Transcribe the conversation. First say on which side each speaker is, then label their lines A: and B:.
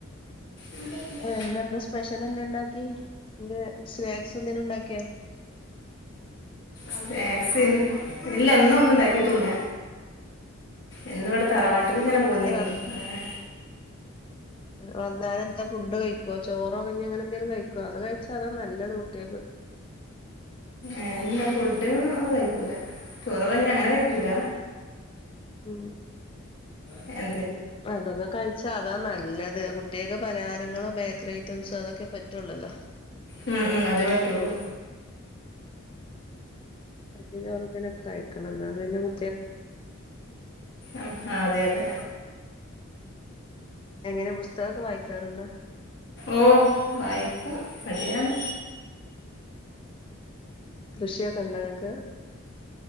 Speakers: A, on the left; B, on the left.
A: ഇന്റെ ഇന്റെ
B: ർ ഇന്ന് എന്താ സ്പെഷ്യൽ എന്താ ഇണ്ടാക്കി സ്നാക്സ് എന്തെിലും ഇ ണ്ടാക്കിയാ
A: സ്നാക്സ് ഇല്ല ഇന്ന്ഒന്നും ഉണ്ടാക്ക ഇതില്ല ഇന്ന് ഇവിടെ തറവാട്ട്ക്ക് ഇങ്ങനെ പോന്നിരുന്നു
B: എന്തേ വ
A: അങ്ങനെ
B: വന്നാല് എന്താ ഫുഡ് കഴിക്കോ ചോറോ കഞ്ഞി അങ്ങനെ എന്തെങ്കിലും കഴിക്കോ അത് കഴിച്ചാ അതാ നല്ലത് കുട്ടികൾക്ക്
A: ഏ ഫുഡും ഒന്നും കഴിക്കൂല ചോറും കഞ്ഞി അങ്ങനെ കഴിക്കൂല
B: ഉം
A: എ
B: അതൊക്കെ കഴിച്ചാ അതാ നല്ലത് കുട്ട്യേക്ക് പലഹാരങ്ങളും ബേക്കറി ഐറ്റംസ് അതൊക്കെ പ റ്റോള്ളല്ലോ
A: ഉം ഉം അതേ പറ്റോള്ളു
B: <unintelligible> കഞ്ഞിം ചോറക്കന്നെ കഴിക്കണം എന്നാ പിന്നെ മു
A: ആഹ് അതെ അതെ
B: എങ്ങനെ പുസ്തകൊക്കെ വായിക്കാറുണ്ടോ
A: ഓ വായിക്കും അടിയാണ്
B: കൃഷിയൊക്കെ ഉണ്ടോ ഇങ്ങക്ക്